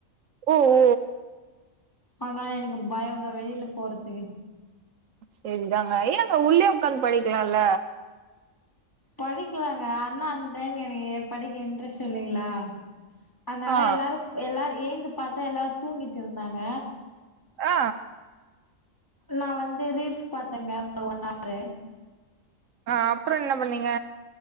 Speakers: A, on the right; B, on the left.
A: ஒ ஓ
B: ஆனா எனக்கு பயோங்க வெளில போறதுக்கு
A: சேரிதாங்க ஏங்க உள்ளே உக்காந்து படிக்கலால
B: படிக்குலாங்க ஆனா அந்த் டைம் எனக்கு படிக்க இன்ட்ரெஸ்ட் இல்லைங்களா அனால
A: ஆ
B: எல்லாருப் எல்லாரு ஏந்து பாத்தே எல்லாரு தூங்கிட்டு இருந்தாங்க
A: ஆ
B: நா வந்து ரீல்ஸ் பாத்தேங்க ஒரு ஒன் ஆரு
A: ஆ அப்புறோ என்ன பண்ணீங்க